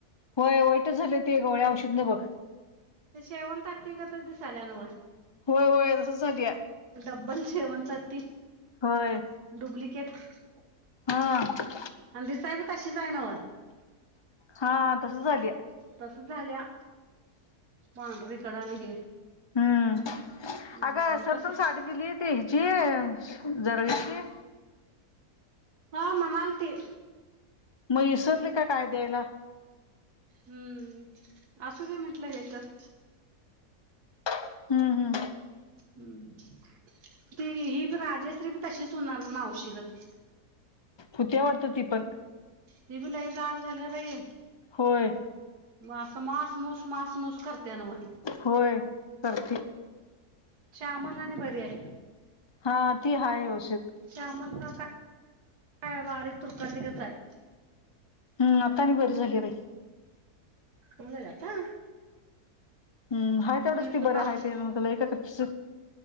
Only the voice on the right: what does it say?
ते शेवण तटत ग, तर दिसाल्यान.
ड्बल शेवंत, त
डुब्लिक. किथ!
आंदी साहेब, कशीच आहे ना?
तस झाल्या पांढरीकडने हे.
हम्म
तसे
हा मनालती.
हम्म असू का म्हंटलं हे तर.
हम् ती ही राजेश्री बी तशीच होणार म मावशिकत.
ती बी लई जााड झाली बाई....
मास मास, मूस, मास, मूस, करते ना. म.
शमल आणि पर्या आहे.
श्यामण का काय? बारीक तुरकाटिकच आहे.
तंगलाता!
न
तरर
बा..